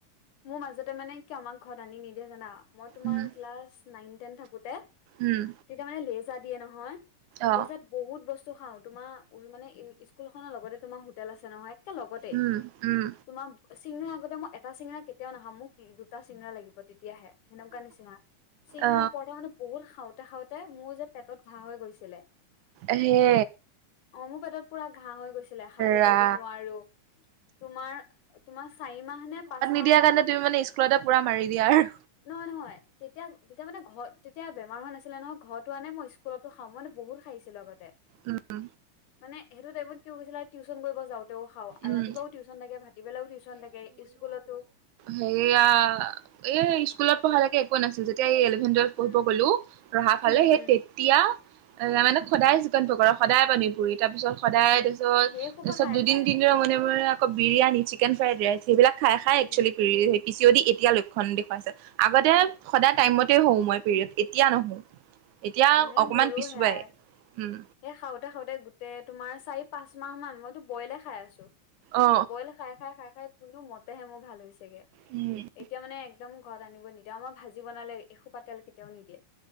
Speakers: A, on the left (about 80°); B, on the right (about 75°).
A: মোৰ মাজতে মানে কি আমাক ঘৰত আনি নিদিয়ে জানা মই তোমাৰ
B: উম
A: ক্লাছ নাইন, টেন থাকোতে
B: উম
A: তেতিয়া মানে লেজ দিয়ে নহয়
B: অ
A: লিজাত বহুত বস্তু খাও তোমাৰ উ মানে স্কুল এখনৰ লগতে তোমাৰ হোটেল আছে নহয় একে লগতে
B: উম উম
A: তোমাৰ চিঙৰা আগতে মই এটা চিঙৰা কেতিয়াও নাখাওঁ মোক দুটা চিঙৰা লাগিব তেতিয়াহে সেনেকুৱা নিচিনা চিঙৰা
B: অ
A: প্ৰথমতে বহুত খাওঁ খাওঁতে মোৰ যে পেটত ঘাঁ হৈ গৈছিলে
B: এহে
A: অ মোৰ পেটত পুৰা ঘাঁ হৈ গৈছিলে খাব
B: ৰা
A: কৰিব নোৱাৰো তোমাৰ তোমাৰ চাৰি মাহ নে, পাঁচ মাহ
B: দিয়াৰ
A: মান
B: কাৰণে তুমিমানে স্কুলতে পুৰা মাৰি দিয়া আৰু
A: নহয় নহয় তেতিয়া তেতিয়া মানে ঘৰ তেতিয়া বেমাৰ হোৱা নাছিলে নহয় ঘৰটো আনে মই স্কুলতো খাওঁ মই মানে বহুত খাইছিলো আগতে
B: উম উম
A: মানে সেইটো টাইমত কি হৈছিলে টিউচন কৰিব যাওঁ তেও খাওঁ আৰু
B: উম
A: ৰাতিপুৱাও টিউচন থাকে, ভাতি বেলাও টিউচন থাকে স্কুলত
B: সেইয়া এই স্কুলত পঢ়ালৈকে একোৱে নাছিল যেতিয়া এই
A: উম
B: পঢ়িব গলো ৰহা ফালে
A: উম
B: সেই
A: উম
B: তেতিয়া এ মানে সদায়
A: উম
B: চিকন পকৰা সদায় পানী পুৰি, তাৰপিছত সদায় তাৰপিছত
A: সেই সোপা
B: তাৰপিছত
A: খাই
B: দুদিন
A: খাই
B: তিনিদিনৰ
A: অ
B: মনে মনে আকৌ বিৰিয়ানী, চিকেন ফ্ৰাইড ৰাইচ, সেইবিলাক খাই খাই
A: উম
B: actually P C O D এতিয়া লক্ষণ দেখুৱাইছে আগতে সদায় টাইমতে হও মই পিৰিয়ডচ এতিয়া নহও এতিয়া
A: উম এ
B: অকমান
A: মোৰো
B: পিছুৱাই
A: সেয়াই
B: উম
A: সেই খাওতে খাওতে গোটেই তোমাৰ চাৰি পাঁচ মাহ মান মইতো বইলে খাই আছো
B: অ
A: বইলে খাই খাই খাই খাই কোনো মতেহে মোৰ ভাল হৈছেগে
B: উম
A: এতিয়া মানে একদম ঘৰত আনিব নিদিয়ে, আমাৰ ভাজি বনালে এসোপা তেল কেতিয়াও নিদিয়ে।